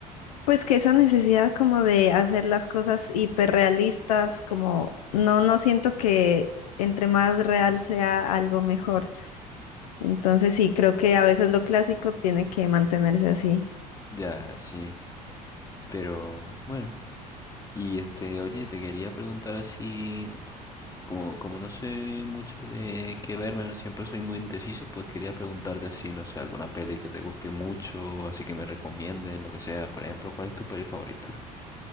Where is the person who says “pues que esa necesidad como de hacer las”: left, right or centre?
Left